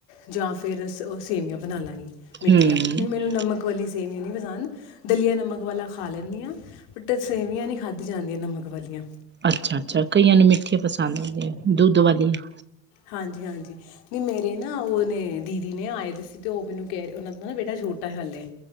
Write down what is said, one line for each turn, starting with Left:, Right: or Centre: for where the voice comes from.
Left: ਜਾਂ ਫਿਰ ਸੇਵੀਆਂ ਬਣਾ ਲਵਾਂਗੇ ਮਿੱਠੀਆਂ
Right: ਹਮ
Left: ਕਿਉਂਕਿ ਮੈਨੂੰ ਨਮਕ ਵਾਲੀਆਂ ਸੇਵੀਆਂ ਨਹੀਂ ਪਸੰਦ ਦਲੀਆਂ ਨਮਕ ਵਾਲਾ ਖਾ ਲੈਂਦੀ ਹਾਂ। ਤੇ ਸੇਵੀਆਂ ਨਹੀਂ ਖਾਧੀ ਜਾਂਦੀਆਂ ਨਮਕ ਵਾਲੀਆਂ
Right: ਅੱਛਾ-ਅੱਛਾ ਕਈਆਂ ਨੂੰ ਮਿੱਠੇ ਪਸੰਦ ਹੁੰਦਿਆ ਦੁੱਧ ਵਾਲੀਆਂ
Left: ਹਾਂਜੀ-ਹਾਂਜੀ। ਨ ਮੇਰੇ ਨਾ ਉਹਨੇ ਦੀਦੀ ਨੇ ਆਏ ਸੀ ਤੇ ਉਹ ਮੈਨੂੰ ਕਹਿ ਉਹਨਾਂ ਦਾ ਨਾ ਬੇਟਾ ਛੋਟਾ ਹਾਲੇ